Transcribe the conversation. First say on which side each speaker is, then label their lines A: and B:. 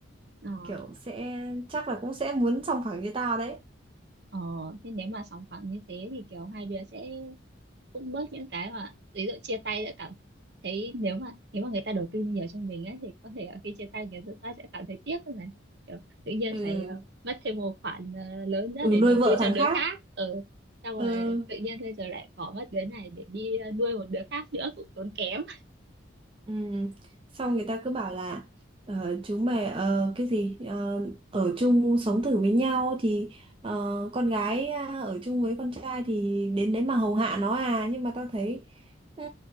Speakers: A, on the right; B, on the right.
A: ờ,
B: kiểu sẽ chắc là cũng sẽ muốn sòng phẳng như tao đấy
A: ờ, thế nếu mà sòng phẳng như thế thì kiểu hai đứa sẽ cũng bớt những cái mà ví dụ chia tay sẽ cảm thấy nếu mà nếu mà người ta đầu tư nhiều cho mình ấy thì có thể là khi chia tay người ta sẽ cảm thấy tiếc thôi này kiểu tự nhiên
B: ừ,
A: phải ờ, mất thêm một khoản ờ, lớn ra
B: ừ
A: để
B: nuôi
A: đầu
B: vợ
A: tư
B: thằng
A: cho đứa
B: khác
A: khác ừ. xong rồi
B: ừ
A: tự nhiên bây giờ lại bỏ mất đứa này để đi ờ, nuôi một đứa khác nữa cũng tốn kém
B: Ừ. Xong người ta cứ bảo là ờ, chú mày ờ, cái gì ờ, ở chung sống thử với nhau thì ờ, con gái à, ở chung với con trai thì đến đấy mà hầu hạ nó à nhưng mà tao thấy ừ,